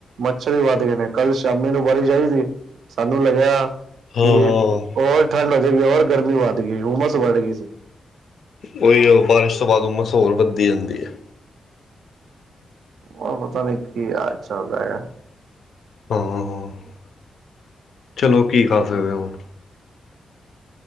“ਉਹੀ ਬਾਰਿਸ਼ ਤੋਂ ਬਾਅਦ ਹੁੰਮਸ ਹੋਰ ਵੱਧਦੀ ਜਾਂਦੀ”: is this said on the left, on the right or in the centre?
Left